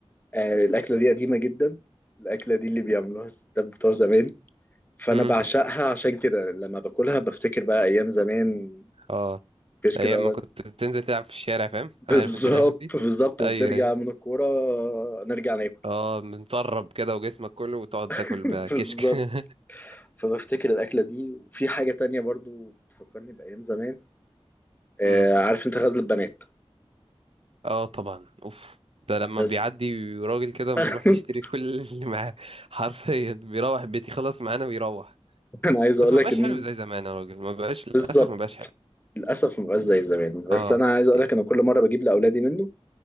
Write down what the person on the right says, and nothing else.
امم
اه
ايام
ما كنت تنزل تلعب في الشارع فاهم
عارف
انت الايام دي
ايوه
ايوه
اه متطرب كده وجسمك كله وتقعد تاكل
بكشك
<laughs>
امم
اه طبعا اوف ده لما
بيعدي راجل كده
بنروح نشتري كل اللي معاه حرفيا بيروح بيتي خلاص معانا ويروح
بس
ما
بقاش
حلو زي زمان يا راجل ما بقاش للاسف
ما بقاش حلو
اه
يعني،